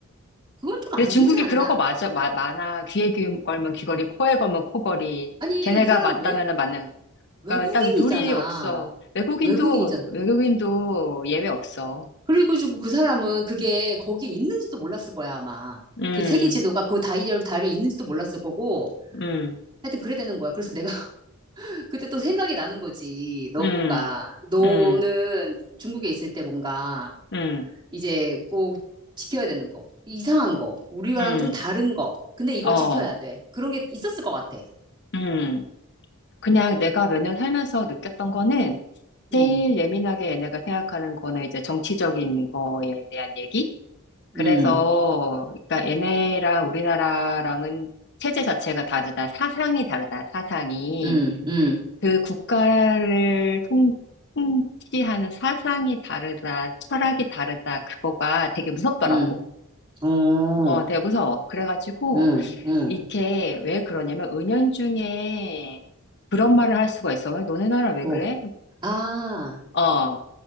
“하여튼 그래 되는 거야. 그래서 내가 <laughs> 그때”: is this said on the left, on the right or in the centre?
Right